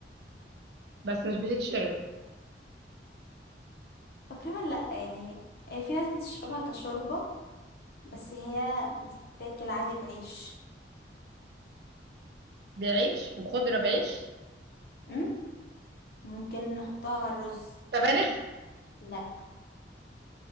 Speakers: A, on the right; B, on the left.
A: بس مش بتتشرب
B: تقريبا لأ يعني آه، في ناس بتشربها كشوربة بس هي بتتاكل عادي بعيش
A: بعيش وخضرة بعيش
B: أم؟ ممكن نحطها على الرز
A: طب أنا
B: لا